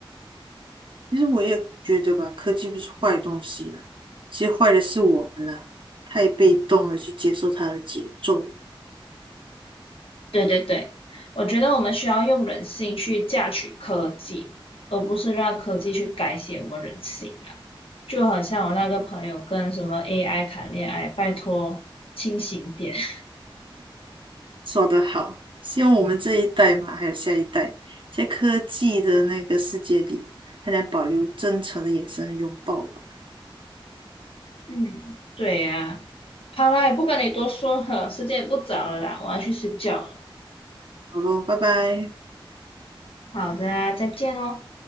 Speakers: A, on the right; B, on the left.
A: 其实我也觉得吧，科技不是坏东西啊，其实坏的是我们啦，太被动的去接受它的节奏。
B: 对对对，我觉得我们需要用人性去榨取科技，而不是让科技去改写我们人性啊。就好像我那个朋友跟什么 AI 谈恋爱，拜托清醒点。<laughs>
A: 说得好，希望我们这一代嘛，还有下一代，在科技的那个世界里，还能保留真诚的眼神和拥抱吧。
B: 嗯，对呀、好啦，也不跟你多说了，时间也不早了啦，我要去睡觉了。
A: 好咯，拜拜。
B: 好的啊，再见哦。